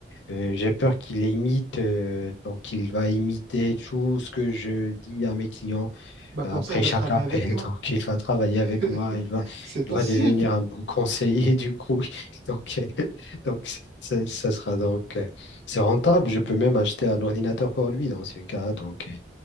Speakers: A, on the left; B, on the right.
A: euh, j'ai peur qu'il imite, euh, donc il va imiter tout ce que je dis à mes clients.
B: Bah
A: Après
B: comme ça, elle
A: chaque
B: va travailler
A: appel,
B: avec toi.
A: donc il va travailler avec
B: <laughs>
A: moi, il va,
B: C'est
A: il
B: possible.
A: va devenir un bon conseiller du coup. <laughs> Donc, euh, donc ça, ça sera donc euh, c'est rentable. Je peux même acheter un ordinateur pour lui dans ce cas. Donc, euh,